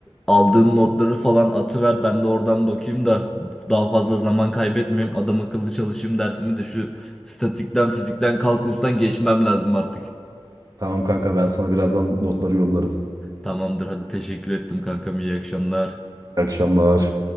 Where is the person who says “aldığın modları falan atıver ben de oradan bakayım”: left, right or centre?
Centre